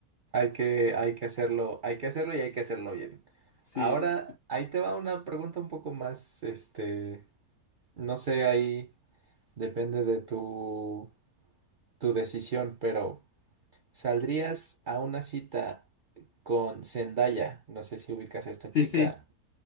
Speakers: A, on the right (about 55°); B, on the left (about 85°).
A: Hay que, hay que hacerlo, hay que hacerlo y hay que hacerlo bien.
B: Sí,
A: Ahora, ahí te va una pregunta un poco más, este, no sé, ahí depende de tu, tu decisión, pero ¿saldrías a una cita con Zendaya? No sé si ubicas a esta
B: sí,
A: chica,
B: sí.